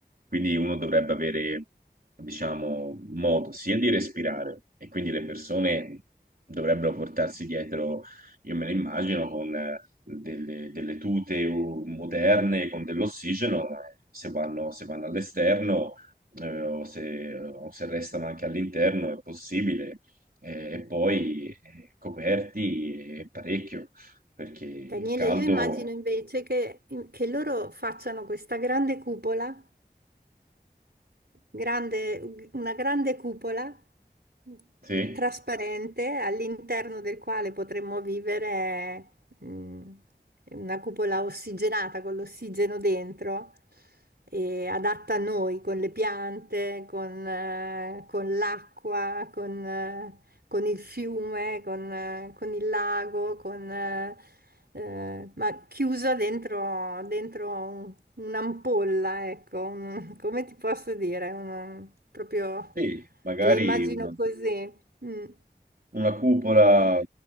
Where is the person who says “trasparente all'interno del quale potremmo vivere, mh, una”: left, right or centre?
Right